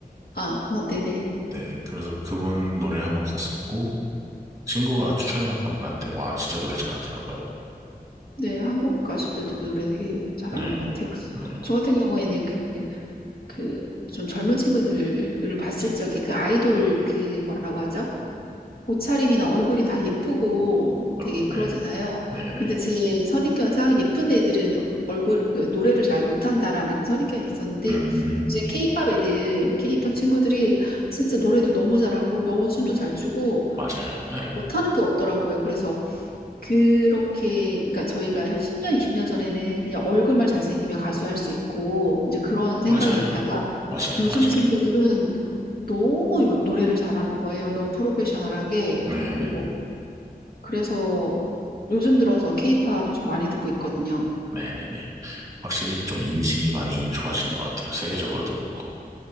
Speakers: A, on the left; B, on the right.
A: 아, 어, 네네.
B: 네, 그래서 그분 노래 한번 갔었고, 친구가 추천해갖고 한번 갔는데, 와, 진짜 노래 잘하더라고요.
A: 네, 한국 가수들도 노래 되게 잘하는
B: 네,
A: 것 같아요.
B: 네,
A: 저 같은 경우에는 그, 그, 좀 젊은 친구들을 봤을 적에 그 아이돌 그 뭐라고 하죠? 옷차림이나 얼굴이 다 예쁘고
B: 어,
A: 되게 그러잖아요.
B: 네, 네, 네.
A: 근데 제 선입견상 예쁜 애들은 얼굴, 그 노래를 잘 못한다라는 그 선입견이 있었는데
B: 음,
A: 이제 케이팝 애들, 케이팝 친구들이 진짜 노래도 너무 잘하고 너무 춤도 잘 추고
B: 맞아요. 네,
A: 못하는 게 없더라고요. 그래서 그렇게, 그러니까 저희가 10년, 20년 전에는 그냥 얼굴만 잘생기면 가수할 수 있고, 이제 그런 생각이
B: 맞아요.
A: 있다가
B: 맞아요,
A: 요즘
B: 맞아요.
A: 친구들은 너무 요- 노래를 잘하는 거예요. 너무 프로페셔널하게.
B: 네,
A: 그리고
B: 네, 네.
A: 그래서 요즘 들어서 케이팝 좀 많이 듣고 있거든요.
B: 네, 네, 네. 확실히 좀 인식이 많이 좋아진 것 같아요. 세계적으로도 그렇고.